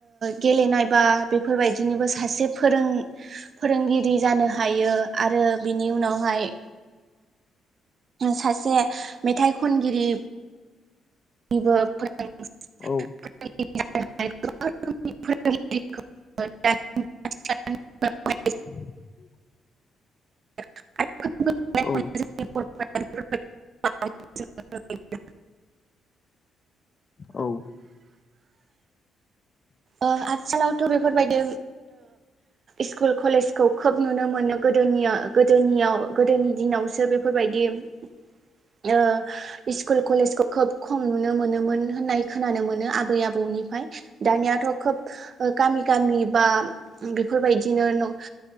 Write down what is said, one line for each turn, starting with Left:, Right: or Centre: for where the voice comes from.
Right: गेलेनायबा बेफोरबायदिनोबो सासे फोरों फोरोंगिरि जानो हायो आरो बिनि उनावहाय सासे मेथाइ खनगिरि <inaudible>
Left: औ
Right: <inaudible> <inaudible>
Left: <inaudible>
Right: <inaudible>
Left: औ औ
Right: आथिखालावथ' बेफोरबायदि स्कुल, कलेजखौ खोब नुनो मोनो गोदोनि-गोदोयाव - गोदोनि दिनावसो बेफोरबायदि ओ स्कुल, कलेजखौ खोब खम नुनो मोनोमोन। होननाय खोनानो मोनो आबै आबौनिफ्राय दानियाथ' खोब गामि-गामि बा बेफोरबायदिनो